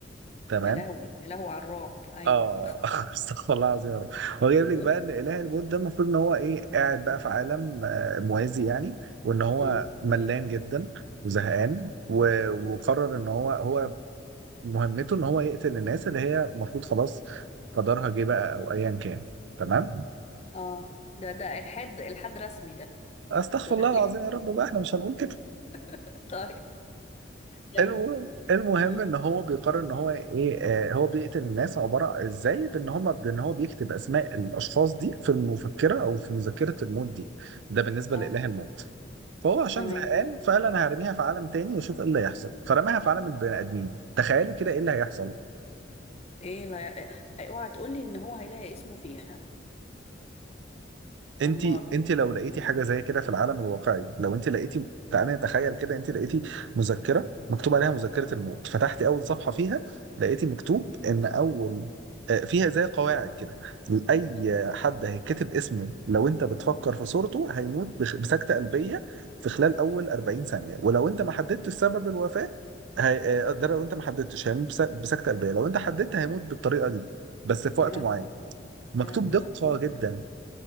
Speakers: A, on the right (about 65°); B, on the left (about 35°).
A: تمام
B: يا لهوي يا لهوي على الرعب أيوه
A: اه <laughs> استغفر الله العظيم يا رب هو جايب لك
B: <laughs>
A: بقى ان اله الموت ده المفروض ان هو ايه قاعد بقى في عالم آه، موازي يعني وان هو
B: آه.
A: ملان جدا وزهقان و... وقرر ان هو هو مهمته ان هو يقتل الناس اللي هي المفروض خلاص قدرها جه بقى او ايا كان تمام
B: اه ده ده الحد الحد رسمي ده
A: استغفر
B: ده دخلين
A: الله العظيم يا رب بقى احنا مش هنقول كده
B: <laughs> طيب كمل
A: الم- المهم
B: مم.
A: ان هو بيقرر ان هو ايه آه هو بيقتل الناس عباره ازاي بان هم بان هو بيكتب اسماء الاشخاص دي في المفكره او في مذكره الموت دي ده بالنسبه
B: اه
A: لاله الموت فهو عشان
B: تمام
A: زهقان فقال انا هرميها في عالم تاني واشوف ايه اللي هيحصل فرماها في عالم البني ادمين تخيلي كده ايه اللي هيحصل
B: ايه لا إيه، اوعى تقولي ان هو هيلاقي اسمه فيها
A: انت
B: امال
A: انت لو لقيتي حاجه زي كده في العالم الواقعي لو انت لقيتي تعالي نتخيل كده انت لقيتي مذكره مكتوب عليها مذكره الموت فتحتي اول صفحه فيها لقيتي مكتوب ان اول آه، فيها زي قواعد كده اي حد هيتكتب اسمه لو انت بتفكر في صورته هيموت بخ- بسكته قلبيه في خلال اول 40 ثانيه ولو انت ما حددتش سبب الوفاه هي... آه، ده لو انت ما حددتش هيموت بس- بسكته قلبيه لو انت حددت هيموت بالطريقه دي بس في
B: يا
A: وقت
B: لهوي
A: معين
B: على الرعب.
A: مكتوب
B: يا لهوي
A: دقه
B: لا طبعا
A: جدا